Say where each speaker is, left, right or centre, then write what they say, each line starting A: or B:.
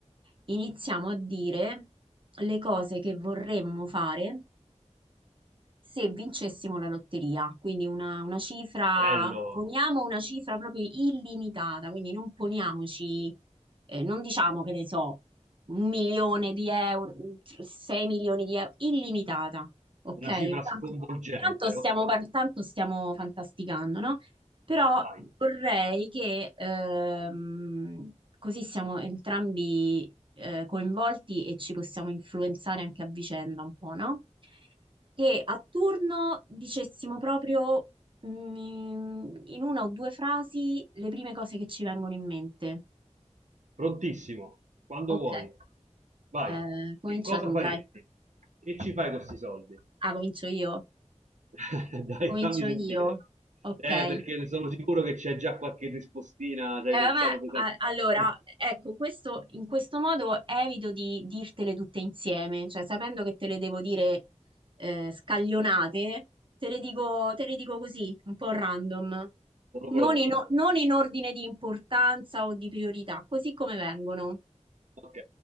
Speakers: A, on the right; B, on the right.
A: iniziamo a dire le cose che vorremmo fare se vincessimo la lotteria, quindi una, una cifra,
B: bello,
A: poniamo una cifra proprio illimitata, quindi non poniamoci, eh, non diciamo che ne so, un milione di euro, mm, sei milioni di euro, illimitata, ok?
B: una cifra
A: Tanto,
B: sconvolgente.
A: tanto stiamo,
B: Ok,
A: par- tanto stiamo fantasticando, no? Però
B: vai,
A: vorrei che ehm, così siamo entrambi eh, coinvolti e ci possiamo influenzare anche a vicenda un po', no? che a turno dicessimo proprio mm, in una o due frasi le prime cose che ci vengono in mente.
B: prontissimo, quando
A: Ok,
B: vuoi. Vai,
A: eh, comincia
B: che cosa
A: tu,
B: faresti?
A: dai.
B: Che ci fai con questi soldi?
A: Ah, comincio io.
B: <laughs> Dai,
A: Comincio
B: fammi sentire.
A: io. Ok.
B: Eh, perché ne sono sicuro che c'è già qualche rispostina, ci hai
A: Eh, a
B: pensato
A: me-
B: pesante.
A: a- allora,
B: <laughs>
A: ecco, questo, in questo modo evito di dirtele tutte insieme, cioè sapendo che te le devo dire eh, scaglionate, te le dico, te le dico così, un po' random,
B: Sono
A: non
B: pronto.
A: in, o- non in ordine di importanza o di priorità, così come vengono.
B: Ok,